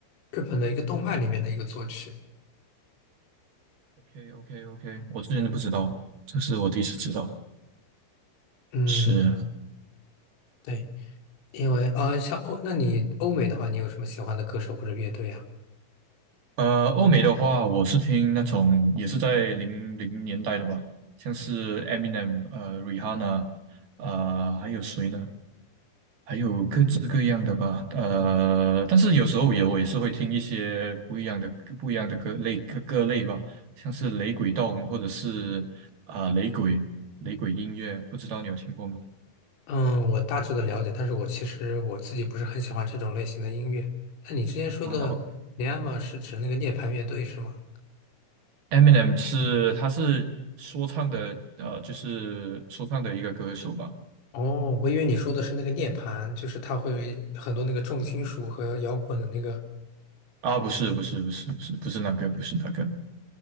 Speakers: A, on the left (about 85°); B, on the right (about 60°).
A: 日本的一个动漫里面的一个作曲。
B: ，OK，OK，OK，我之前都不知道，这是我第一次知道。
A: 嗯，
B: 是，
A: 对，因为啊，像欧，那你欧美的话，你有什么喜欢的歌手或者乐队啊？
B: 呃，欧美的话，我是听那种也是在零零年代的吧，像是 Eminem，呃，Rihanna，呃，还有谁呢？还有各式各样的吧，呃，但是有时候也我也是会听一些不一样的不一样的歌类各各类吧，像是雷鬼动或者是啊、雷鬼雷鬼音乐，不知道你有听过吗？
A: 嗯，我大致的了解，但是我其实我自己不是很喜欢这种类型的音乐。那你之前说的尼亚玛是指那个涅槃乐队是吗？
B: 啊，OK，Eminem 是他是说唱的，呃，就是说唱的一个歌手吧？
A: 哦，我以为你说的是那个涅槃，就是它会很多那个重金属和摇滚的那个
B: 啊，不是不是不是不是不是那个不是那个，
A: 乐队。